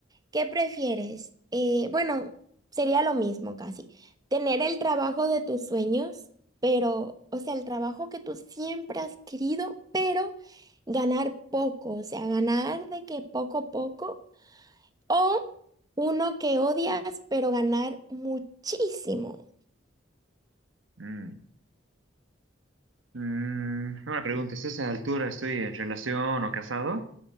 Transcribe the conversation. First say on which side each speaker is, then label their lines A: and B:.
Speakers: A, on the right (about 20°); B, on the right (about 85°).
A: ¿qué prefieres? Eh, bueno, sería lo mismo casi. Tener el trabajo de tus sueños, pero, o sea, el trabajo que tú siempre has querido, pero ganar poco, o sea, ganar de que poco a poco, o uno que odias, pero ganar muchísimo.
B: Mm. Mm, una pregunta, es a esa altura estoy en relación o casado?